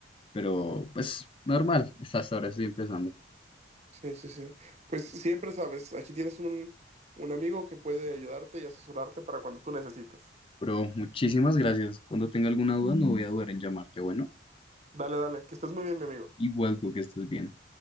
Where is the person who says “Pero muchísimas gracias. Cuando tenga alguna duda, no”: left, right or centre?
Left